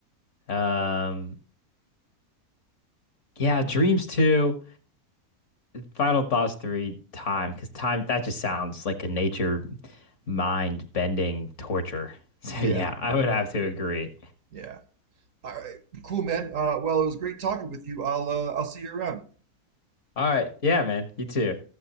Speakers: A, on the left; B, on the right.
A: Um yeah, Dreams two, Final Thoughts three, Time, because time that just sounds like a nature mind bending torture. <laughs> So
B: Yeah,
A: yeah, I would have
B: Yeah.
A: to agree.
B: yeah. All right, cool, man. Uh, well, it was great talking with you. I'll uh, I'll see you around.
A: All right, yeah, man, you too.